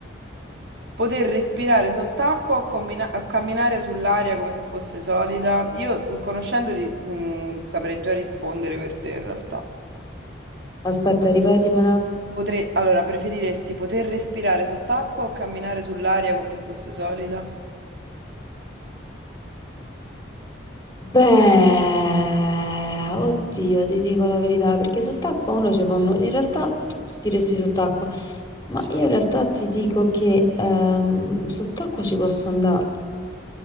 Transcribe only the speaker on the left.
Aspetta, ripetimela.
Beh, oddio, ti dico la verità, perché sott'acqua uno ci può... nu- In realtà tu diresti sott'acqua, ma
io in realtà ti dico che ehm, sott'acqua ci posso andare.